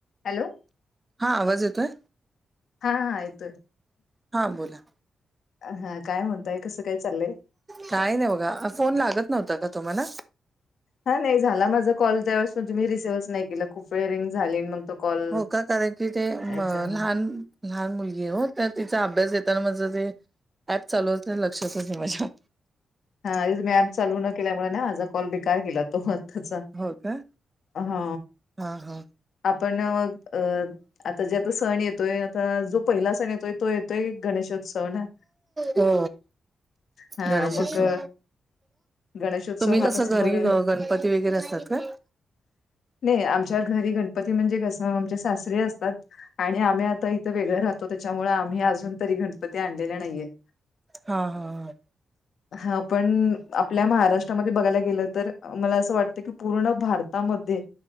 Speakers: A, on the left; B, on the right.
A: Hello
B: हा आवाज येतोय
A: हा हा येतोय
B: हां बोला.
A: हा काय म्हणताय कसं काय चाललंय?
B: काही नाही बघा फोन लागत नव्हता का तुम्हाला?
A: हा नाही झाला माझा कॉल त्यावेळेस तूम्ही रिसीव्हच नाही केला खूप वेळ रिंग झाली मग तो कॉल
B: हो का कारण की ते लहान
A: अच्छा
B: लहान मुलगी आहे हो तर तिचा अभ्यास घेताना माझं जे ऍप चालू अस लक्षातचे नाही माझ्या
A: हा आधीच मी ऍप चालू न केल्यामुळे ना माझा कॉल बेकार ग केला तो आताचा
B: होय काय
A: हा
B: हा हा.
A: आपण अ आता जे आता सण येतोय आता जो पहिला सण येतोय तो येतोय गणेशोत्सव ना.
B: हो
A: हा
B: गणेशोत्सव.
A: मग. गणेशोत्सव
B: तुम्ही
A: हा
B: कसं
A: तसं बघायला
B: घरी गणपती वगैरे असतात का?
A: नाही आमच्या घरी गण पती म्हणजे कसं आमचे सासरी असतात आणि आम्ही आता इथे वेगळं राह तो त्याच्यामुळे आम्ही अजून तरी गणपती आणलेले नाहीयेत.
B: हा हा हा.
A: हा पण आपल्या महाराष्ट्रामध्ये बघायला गेलं तर मला असं वाटतं की पूर्ण भार ता मध्ये